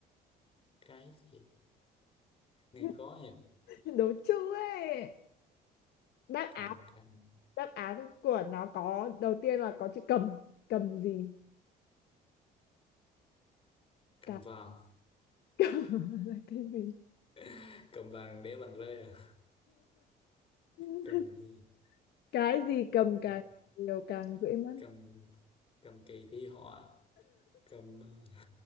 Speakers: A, on the left (about 35°); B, on the left (about 70°).
A: cái gì nghe
B: <laughs>
A: khó nhỉ
B: đố chữ ấy đáp án
A: cầm càng
B: đáp án của nó có đầu tiên là có chữ cầm cầm gì
A: cầm
B: cầm
A: vàng
B: <laughs> là cái gì
A: <laughs> cầm vàng để vàng rơi à
B: <laughs>
A: cầm gì
B: cái gì cầm càng
A: cầm
B: nhiều càng dễ mất
A: cầm cầm kỳ thi họa cầm ờ,